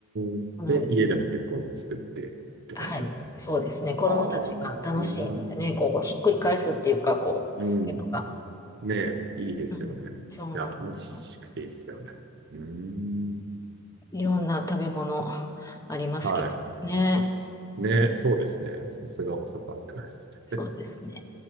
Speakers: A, on the right; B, on the left.
A: ーん。
B: なので、
A: で、家でも結構作ってって感じなんですね。
B: はい。そうですね。子供たちが楽しいんでね、
A: ああ、今の、
B: こう、ひっくり返すっていうか、こう、
A: うん。
B: そういうのが。
A: ねえ、いいですよね。
B: うん。そうなんですよ。
A: いや、楽しくていいですよね。うーん。
B: いろんな食べ物ありますけどね。
A: はい。ね、そうですね。さすが大阪って感じです
B: そうですね。